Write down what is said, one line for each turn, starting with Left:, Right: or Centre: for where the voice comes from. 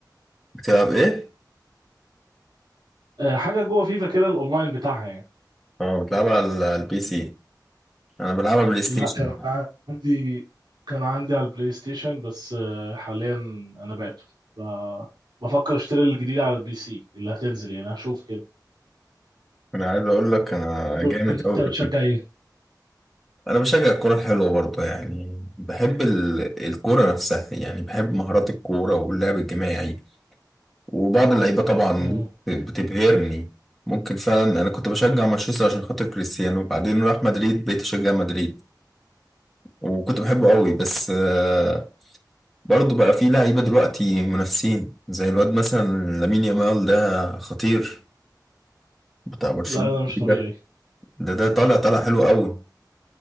Centre: بتلعب إيه؟
Right: آه، حاجه جوه فيفا كده الاونلاين بتاعها يعني
Centre: أه بتلعب على ال- البي سي أنا بلعبها بلاي ستيشن
Right: لا كان عندي كان عندي على البلاي ستيشن بس آه، حاليا انا بعته فبفكر اشتري الجديد على البي سي اللي هتنزل يعني هشوف كده
Centre: أنا عايز أقول لك أنا
Right: وانت
Centre: جامد أوي
Right: بتشجع
Centre: في الكورة
Right: ايه؟
Centre: أنا بشجع الكورة الحلوة برضه يعني بحب ال- الكورة نفسها يعني بحب مهارات الكورة واللعب الجماعي وبعض اللعيبه طبعا
Right: مم.
Centre: بتبهرني ممكن فعلا انا كنت بشجع مانشستر عشان خاطر كريستيانو وبعدين راح مدريد بقيت اشجع مدريد وكنت بحبه قوي بس آه، برضه بقى في لعيبه دلوقتي منافسين زي الواد مثلا لامين يامال ده خطير بتاع برشلونه
Right: لا لا مش طبيعي
Centre: ده ده ده طالع طالع حلو قوي